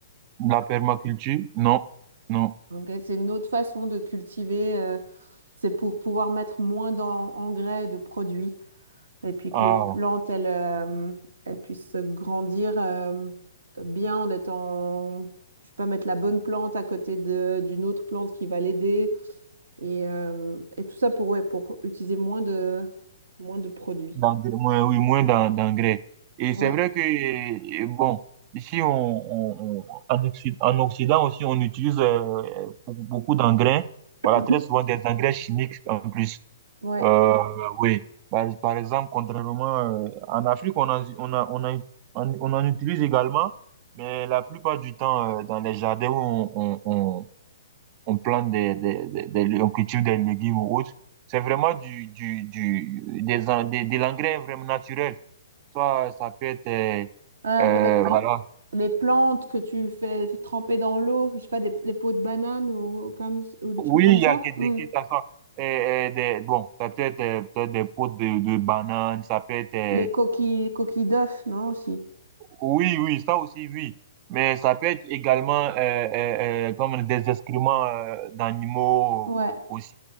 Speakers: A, on the right; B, on the right.
A: La permaculture, non, non.
B: Ok, C'est une autre façon de cultiver. euh, c'est pour pouvoir mettre moins d'engrais, de produits. et puis
A: Ah.
B: que les plantes, elles, euh, elles puissent grandir euh, bien en étant, je sais pas, mettre la bonne plante à côté de, d'une autre plante qui va l'aider. Et, euh, et tout ça pour, ouais, pour utiliser moins de, moins de produits.
A: d'engrais, moins- oui, moins d'en- d'engrais. Et
B: Ouais,
A: c'est vrai que, euh, bon, ici, on, on- on- en Occi- en Occident aussi, on utilise euh, beaucoup beaucoup d'engrais,
B: <laughs>
A: voilà, très souvent des engrais chimiques en plus.
B: ouais.
A: Euh, oui, par, par exemple, contrairement, euh, en Afrique, on en, on a- on a- on on en utilise également, mais la plupart du temps, euh, dans les jardins où on, on, on- on plante des, des, des, des- on cultive des légumes ou autres. C'est vraiment du, du, du, des, en- des- de l'engrais vraiment naturel. Soit ça peut être, euh,
B: Ah,
A: euh,
B: avec l-
A: voilà.
B: les plantes que tu fais tremper dans l'eau, je sais pas, des, les peaux de banane ou, ou comme, ou des
A: Oui,
B: trucs comme
A: il
B: ça.
A: y a que
B: Hmm.
A: des, que ça soit, euh, euh, des, bon, ça peut être, euh, peut-être des pots de, de bananes, ça peut être, euh,
B: Les coquilles, coquilles d'œufs, non, aussi.
A: oui, oui, ça aussi, oui. Mais ça peut être également, euh, euh, euh, comme des excréments, euh, d'animaux
B: ouais
A: aussi.